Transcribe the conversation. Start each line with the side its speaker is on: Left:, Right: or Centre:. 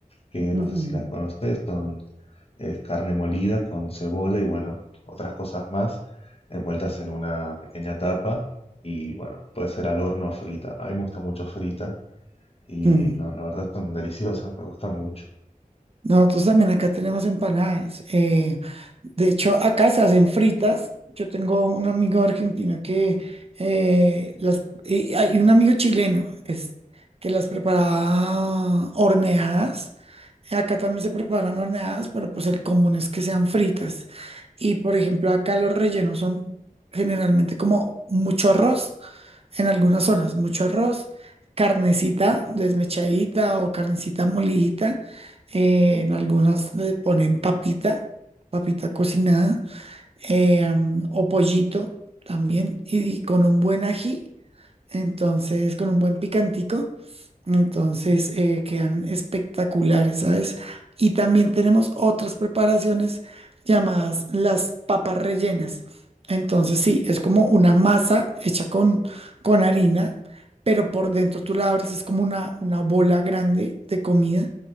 Left: que
Right: ujú,
Left: no sé si las conoces, son eh, carne molida con cebolla y bueno, otras cosas más envueltas en una pequeña tapa y bueno, puede ser al horno o frita. A mí me gusta mucho frita y
Right: mm.
Left: no, la verdad están <laughs> deliciosas, me gustan mucho.
Right: Nosotros también acá tenemos empanadas. eh, de hecho, acá se hacen fritas. Yo tengo un amigo argentino que eh, las y hay un amigo chileno es, que las preparaba horneadas. Acá también se preparan horneadas, pero pues el común es que sean fritas. Y por ejemplo, acá los rellenos son generalmente como mucho arroz, en algunas zonas, mucho arroz, carnecita desmechadita o carnecita molidita eh, en algunas le ponen papita, papita cocinada eh, mm, o pollito también, y, y con un buen ají, entonces, con un buen picantico, entonces eh, quedan espectaculares, ¿sabes? Y también tenemos otras preparaciones llamadas las papas rellenas. Entonces, sí, es como una masa hecha con, con harina, pero por dentro tú la abres, es como una, una bola grande de comida.